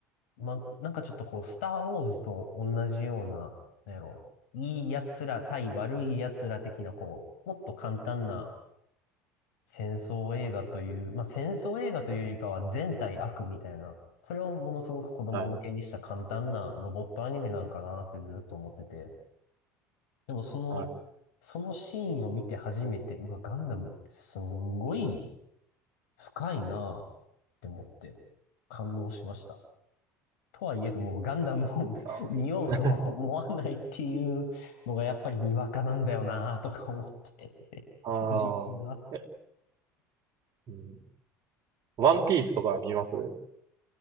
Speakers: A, on the left; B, on the right.
A: ま、なんかちょっとこう、スターウォーズと同じような、なんやろ、いい奴ら対悪い奴ら的なこう、もっと簡単な戦争映画という、まあ、戦争映画というよりかは全体悪みたいな、それをものすごく子供向けにした簡単なロボットアニメなんかなってずっと思ってて。
B: はい。
A: でもその、
B: はい。
A: そのシーンを見て初めて、うわ、ガンダムってすんごい深いなって思って感動しました。とはいえども、ガンダムを
B: あ
A: <laughs> 見ようとは思わないっていうのがやっぱりにわかなんだよなとか思って。
B: <laughs> あー、
A: <laughs> 自分は
B: え、うん、ワンピースとか見ます